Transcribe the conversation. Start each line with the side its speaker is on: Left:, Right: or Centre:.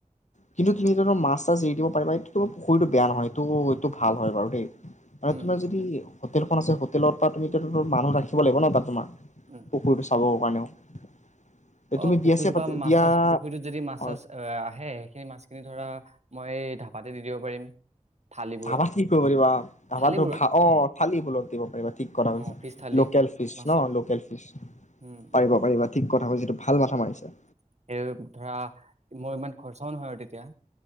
Left: কিন্তু তুমি তাতে মাছ চাছ জৰি দিব পাৰিবা এই তোমাৰ পুখুৰীটো বেয়া নহয় এইটো এইটো ভাল হয় বাৰু দেই। আৰু
Right: উম
Left: তোমাৰ যদি হোটেলখন আছে হোটেলৰ পৰা তুমি মানুহ ৰাখিব লাগিব ন তাত তোমাৰ।
Right: উম
Left: পুকুৰীটো চাব <inaudible>
Right: অ পুখুৰীটোৰ
Left: চিয়া পাতি
Right: পৰা মাছ
Left: বিয়া
Right: চাছ পুখুৰীত যদি মাছ
Left: অ
Right: চাছ আহ আহে সেই মাছ এই ধৰা মই এই ঢাপাতে দি দিব পাৰিম থালিবোৰত
Left: ধাবাত কি কৰিব পাৰিবা ধাবাত
Right: থালিবোৰত
Left: অ থালি বলত দিব পাৰিবা ঠিক কৰা
Right: অ ফিচ থালি
Left: লোকেল ফিচ
Right: মাছৰ
Left: ন লোকেল ফিচ
Right: উম
Left: পাৰিব পাৰিবা ঠিক কথা কৈছা এইটো ভাল কথা মাৰিছা।
Right: সেই ধৰা মোৰ ইমান খৰচাও নহয় আৰু তেতিয়া